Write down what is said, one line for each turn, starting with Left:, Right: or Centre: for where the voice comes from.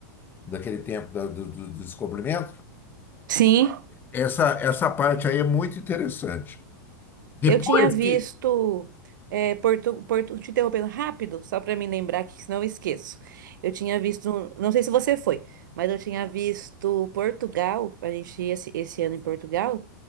Left: daquele tempo da- do, do do descobrimento,
Right: Sim,
Left: essa, essa parte aí é muito interessante. Depois
Right: Eu tinha visto.
Left: que.
Right: É, Porto, Porto, te interrompendo rápido, só para me lembrar que senão eu esqueço. Eu tinha visto, um, não sei se você foi, mas eu tinha visto Portugal, a gente ir esse, esse ano em Portugal.